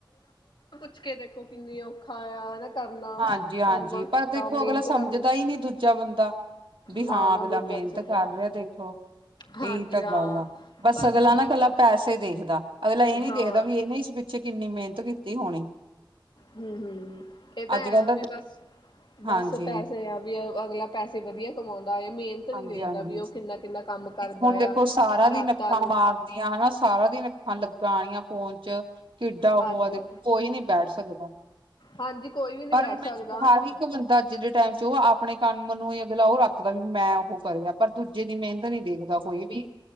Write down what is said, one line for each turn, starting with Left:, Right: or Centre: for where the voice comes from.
Left: ਪੁਛ ਕੇ ਦੇਖੋ ਕਿੰਨੀ ਔਖਾ ਆ ਹੈ ਨਾ। ਕਰਨਾ
Right: ਹਾਂਜੀ ਹਾਂਜੀ
Left: ਕੰਮ
Right: ਪਰ ਦੇਖੋ
Left: ਹਾਂ ਮਿਹਨਤ
Right: ਅਗਲਾ ਸਮਝਦਾ
Left: ਕਰਨੀ।
Right: ਹੀ ਨਹੀਂ ਦੂਜਾ ਬੰਦਾ ਵੀ
Left: ਨਾ
Right: ਹਾਂ
Left: ਨਾ
Right: ਅਗਲਾ
Left: ਦੂਜਿਆਂ
Right: ਮਿਹਨਤ
Left: ਨੂੰ ਸਮਝਣਾ
Right: ਕਰ ਰਿਹਾ ਦੇਖੋ।
Left: ਹਾਂਜੀ
Right: ਇਹੀ ਤਾਂ
Left: ਹਾਂ
Right: ਗੱਲ ਆ ਬਸ ਅਗਲਾ
Left: ਦੂਜੇ
Right: ਨਾ ਇਕੱਲਾ
Left: ਨੂੰ
Right: ਪੈਸੇ ਦੇਖਦਾ ਅਗਲਾ ਇਹ ਨੀ
Left: ਹਾਂ
Right: ਦੇਖਦਾ ਵੀ ਇਹ ਨਾ ਇਸ। ਪਿਛੇ ਕਿੰਨੀ ਮਿਹਨਤ ਕੀਤੀ ਹੋਣੀ।
Left: ਹਮ ਹਮ ਇਹ ਤਾਂ
Right: ਅੱਜ
Left: ਹੈ
Right: ਕੱਲ
Left: ਵੀ ਬਸ ਬਸ
Right: ਹਾਂਜੀ
Left: ਪੈਸੇ ਆ ਵੀ। ਅਗਲਾ ਪੈਸੇ ਵਧੀਆ ਕਮਾਉਂ। ਮਿਹਨਤ
Right: ਹਾਂਜੀ
Left: ਵੀ ਦੇਖਦਾ
Right: ਹਾਂਜੀ
Left: ਵੀ ਉਹ ਕਿੰਨਾ ਕਿੰਨਾ ਕੰਮ ਕਰਦਾ
Right: ਹੁਣ ਦੇਖੋ
Left: ਆ
Right: ਸਾਰਾ
Left: ਰਾਤਾਂ
Right: ਦਿਨ ਅੱਖਾਂ
Left: ਨੂੰ।
Right: ਮਾਰਦੀਆਂ ਹਨਾ ਸਾਰਾ ਦਿਨ ਅੱਖਾਂ ਲੱਗਾਣੀਆਂ ਫੋਨ ਚ। ਕਿੱਡਾ ਉਹ
Left: ਹਾਂਜੀ
Right: ਆ ਦੇਖੋ ਕੋਈ ਨਹੀਂ ਬੈਠ ਸਕਦਾ।
Left: ਹਾਂਜੀ ਕੋਈ ਵੀ ਨਹੀਂ
Right: ਪਰ
Left: ਬੈਠ
Right: ਮੈਂ
Left: ਸਕਦਾ
Right: ਹਰ ਇੱਕ ਬੰਦਾ ਅੱਜ ਦੇ ਟਾਈਮ ਚ ਉਹ ਆਪਣੇ ਕੰਮ ਨੂੰ <unintelligible> ਅਗਲਾ ਉਹ ਰੱਖਦਾ ਵੀ ਮੈਂ ਉਹ ਕਰਿਆ ਪਰ ਦੂਜੇ ਦੀ ਮਿਹਨਤ ਨੀ ਦੇਖਦਾ ਕੋਈ ਵੀ।